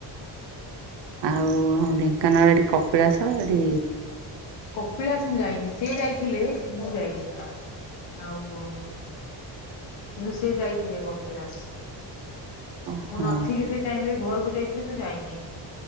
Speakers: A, on the right; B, on the left.
A: ଆଉ ଆମ ଢେଙ୍କାନାଳ ଏଠି କପିଳାସ ଏଠି?
B: କପିଳାସ ମୁଁ ଯାଇନି ସେ ଯାଇଥିଲେ ମୁଁ ଯାଇନି ଆଉ। କିନ୍ତୁ ସେ ଯାଇଥିଲେ କପିଳାସ
A: ଓହୋ
B: ମୁଁ ନଥିଲି ସେ ଟାଇମ ରେ ଘରକୁ ଯାଇଥିଲି ତ ଯାଇନି।